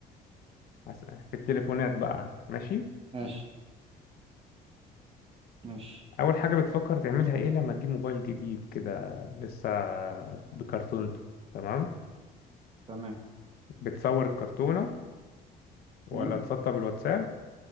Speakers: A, on the left; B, on the right.
A: هس- في التليفونات بقى ماشي
B: ماشي ماشي
A: اول حاجه بتفكر تعملها ايه لما تجيب موبايل جديد كده لسه بكرتونته تمام
B: تمام
A: بتصور الكرتونه ولا
B: امم
A: تسطب الواتساب